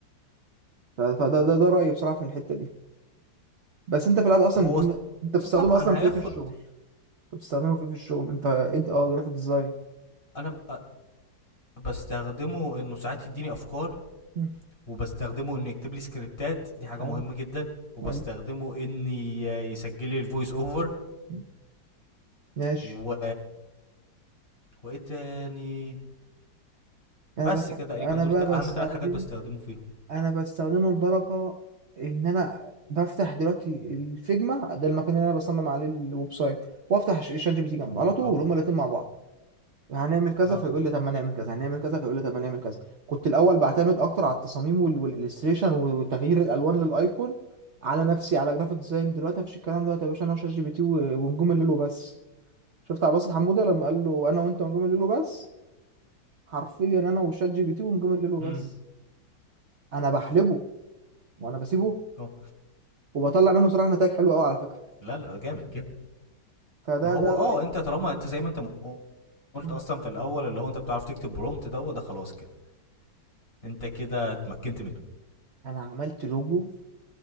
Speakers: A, on the right; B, on the left.
A: ف- فده ده ده رأيي بصراحة في الحتة دي بس انت في العاده اصلا
B: فهو
A: الدنيا- انت بتستخدمه
B: طبعا
A: اصلا في
B: هياخد
A: ايه في الشغل انت بتستخدمه في ايه في الشغل انت ايه اه جرافيك ديزاين
B: انا ب- بستخدمه انه ساعات يديني افكار
A: مم.
B: وبستخدمه انه يكتب لي سكريبتات دي حاجه
A: حلو
B: مهمه جدا وبستخدمه
A: حلو
B: ان ي- يسجل لي الفويس اوفر
A: مم. ماشي
B: و وايه تاني
A: انا
B: بس
A: بس
B: كده تقريبا
A: انا
B: دول
A: بقى
B: ت- اهم
A: بستخدمه
B: ثلاث حاجات بستخدمه فيهم
A: انا بستخدمه لدرجه ان انا بفتح دلوقتي الفيجما ده المكان اللي انا بصمم عليه الويب سايت وافتح ش- شات جي بي تي جنبه على طول
B: اه
A: هما الاتنين مع بعض هنعمل كذا
B: اه
A: فيقول لي طب ما نعمل كذا هنعمل كذا فيقول لي طب ما نعمل كذا كنت الاول بعتمد اكتر على التصاميم وال- والالستريشن وتغيير الالوان للايكون على نفسي على جرافيك ديزاين دلوقتي مفيش الكلام دوت يا باشا انا وشات جي بي تي و- ونجوم الليل وبس شفت عباس حموده لما قال له انا وانت ونجوم الليل وبس حرفيا انا وشات جي بي تي ونجوم الليل وبس
B: امم
A: انا بحلبه وانا بسيبه
B: اه
A: وبطلع منه بصراحه نتائج حلوه قوي على فكره
B: لا لا جامد جامد
A: فده
B: ما هو
A: ده
B: اه
A: رايي
B: انت طالما انت زي ما انت م- قلت
A: مم.
B: اصلا في الاول اللي هو انت بتعرف تكتب برومت ده وده خلاص كده انت كده اتمكنت منه
A: انا عملت لوجو